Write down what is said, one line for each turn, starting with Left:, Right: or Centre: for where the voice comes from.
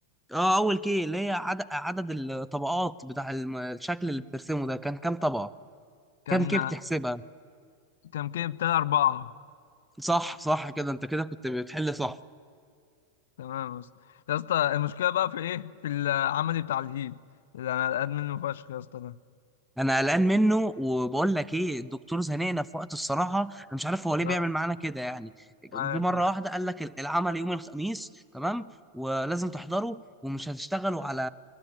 Centre: اه اول كي اللي هي عدد عدد الطبقات بتاع الم- الشكل اللي بترسمه ده كان كام طبقة
Left: كان
Centre: كام كيف تحسبها
Left: كان كي بتاع اربعة
Centre: صح صح كده انت كده كنت بتحل صح
Left: تمام يا اسطى يا اسطى المشكلة بقى في ايه في العملي بتاع الهيد اللي انا قاعد منه فشخ يا اسطى ده
Centre: انا قلقان منه وبقول لك ايه الدكتور زنقنا في وقت الصراحه انا مش عارف هو ليه
Left: أنا
Centre: بيعمل معانا كده يعني جه
Left: مش عارف
Centre: مره
Left: يا اسطى
Centre: واحده قال لك ال- العمل يوم الخميس تمام ولازم تحضره ومش هتشتغلوا على